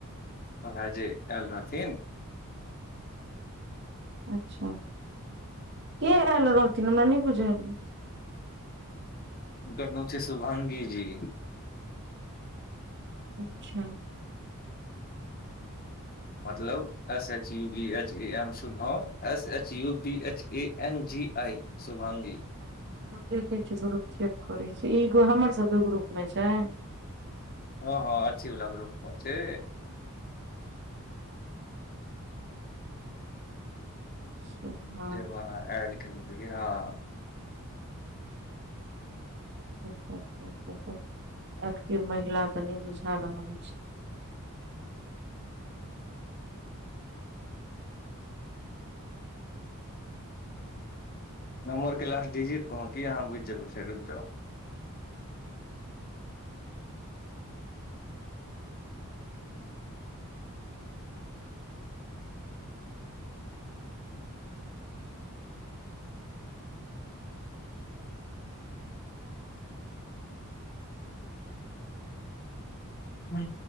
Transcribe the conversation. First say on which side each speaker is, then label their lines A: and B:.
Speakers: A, on the left; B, on the right.
A: ओहा जे आएल रहथिन
B: अच्छा के आएल रहथिन हमरा नै बुझल या
A: हुनकर नाम छै शुभांगी जी
B: अच्छा
A: मतलब S H U B H A M Shubham S H U B H A N G I Shubhangi
B: देखै छिय ग्रुप चेक करै छै ईगो हमर सबके ग्रुप मे छैन
A: हँ हँ अथी वला ग्रुप मे छै
B: शुभ
A: जे ओ अहां एड केने रहिए हां
B: जे ओ कतहु एक्टिव महिला ते नहि बुझा रहल छय
A: नम्बर क लास डिजिट कहूं की अहाँ बुझि जेबै फेर रुक जाउ हुँ